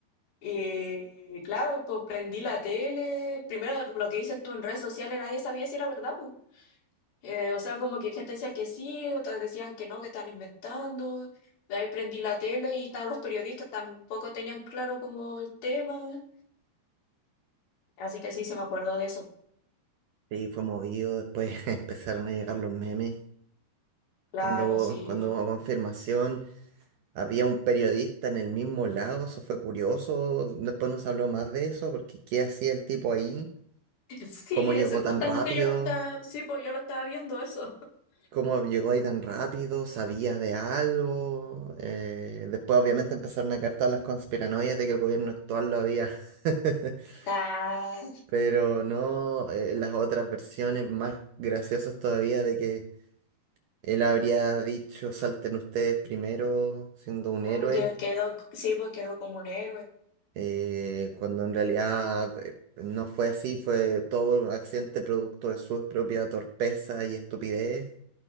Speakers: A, on the left; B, on the right.
A: Y claro, pues prendí la tele, primero lo que dices tú en redes sociales, nadie sabía si era verdad, pues. Eh, o sea, como que gente decía que sí, otras decían que no, que están inventando. De ahí prendí la tele y estaban los periodistas, tampoco tenían claro como el tema. Así que sí, se me acordó de eso.
B: Sí, fue movido, después <laughs> empezaron a llegar los memes.
A: Claro,
B: Cuando,
A: sí.
B: cuando hubo confirmación, había un periodista en el mismo lago, eso fue curioso. Después no se habló más de eso, porque ¿qué hacía el tipo ahí?
A: Sí,
B: ¿Cómo llegó
A: eso,
B: tan
A: justamente
B: rápido?
A: yo lo estaba, sí, pues yo lo estaba viendo eso. <laughs>
B: ¿Cómo llegó ahí tan rápido? ¿Sabías de algo? Eh, después obviamente empezaron a caer todas las conspiranoias de que el gobierno actual lo había. <laughs>
A: Ah,
B: Pero no, eh, las otras versiones más graciosas todavía de que él habría dicho salten ustedes primero siendo un
A: ah,
B: héroe,
A: que quedó, sí, pues quedó como un héroe,
B: eh, cuando en realidad eh, no fue así, fue todo un accidente producto de su propia torpeza y estupidez.